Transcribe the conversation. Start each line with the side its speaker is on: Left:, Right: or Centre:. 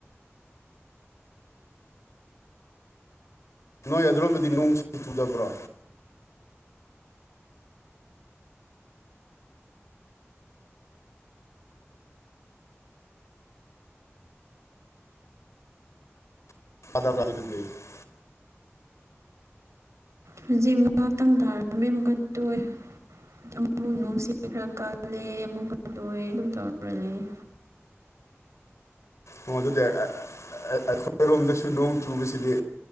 Left: ꯅꯣꯏ ꯑꯗꯨꯔꯣꯝꯗꯗꯤ ꯅꯣꯡꯁꯤ ꯆꯨꯗꯕ꯭ꯔꯣ <unintelligible>
Right: ꯍꯨꯖꯤꯛ ꯅꯣꯡ ꯉꯥꯛꯇꯪ ꯇꯥꯔꯝꯃꯦ ꯑꯃꯨꯛꯀ ꯇꯣꯛꯑꯦ ꯑꯃꯨꯛ ꯅꯨꯡꯁꯤ ꯈꯔ ꯀꯜꯂꯦ ꯑꯃꯨꯛꯀ ꯇꯣꯛꯑꯦ ꯑꯗꯨꯝ ꯇꯧꯔꯨ ꯂꯩꯌꯦ
Left: ꯑꯣ ꯑꯗꯨꯗꯤ ꯑꯩꯈꯣꯏꯔꯣꯝꯗꯁꯨ ꯅꯣꯡ ꯆꯨꯕꯁꯤꯗꯤ